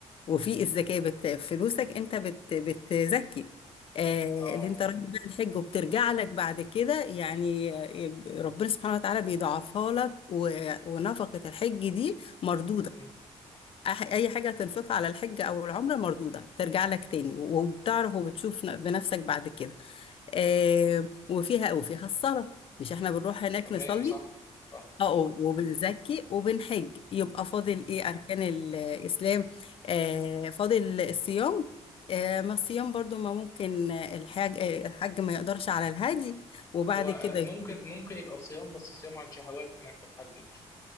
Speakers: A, on the left; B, on the left.
A: وفيه الزكاة بت... فلوسك أنت بت... بتزكي آه
B: اه
A: اللي أنت رايح بيه الحج وبترجع لك بعد كده يعني ربنا سبحانه وتعالى بيضاعفها لك و... ونفقة الحج دي مردودة
B: مم.
A: أح- اي حاجه هتنفقها على الحج او العمره مردوده ترجع لك تاني وبتعرف وبتشوف ن- بنفسك بعد كده آه وفيها وفيها الصلاه مش احنا بنروح هناك
B: تمام
A: نصلي
B: صح صح
A: اه
B: اه
A: وبنزكي وبنحج يبقى فاضل
B: مم.
A: ايه اركان الاسلام آه فاضل الصيام آه ما الصيام برضو ما ممكن آه، الحاج آه، الحج ما يقدرش على الهادي وبعد
B: هو آه،
A: كده
B: ممكن
A: يصوم.
B: ممكن يبقى صيام بس صيام عن شهوات هناك في الحج مش